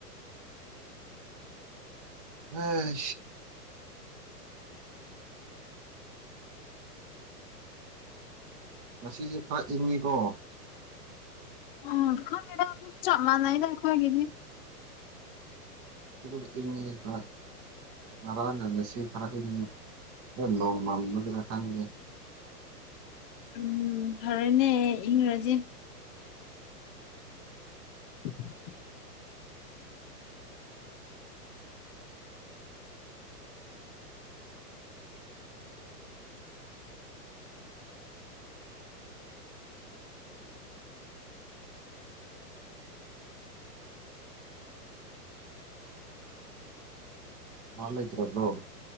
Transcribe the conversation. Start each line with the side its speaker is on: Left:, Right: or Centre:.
Right: ꯑ ꯉꯁꯤꯁꯦ ꯈꯥꯛꯏꯉꯤꯀꯣ
Left: ꯑꯣ ꯈꯕꯤꯗ ꯃꯥ ꯅꯥꯏ ꯗꯈꯒꯖꯤ
Right: ꯎꯗꯞ ꯏ ꯃꯤ ꯭ꯔꯥꯏ ꯃꯔꯥꯪꯅ ꯁꯤ ꯈꯔ ꯈꯔ ꯅꯣ ꯃꯥꯡꯂꯕꯤꯔ ꯈꯪꯦ
Left: ꯎꯝ ꯐꯔꯦꯅꯦ ꯏꯪꯔꯖꯤ ꯎꯝ
Right: ꯃꯥꯜ ꯂꯩꯇꯔ꯭ꯔꯣ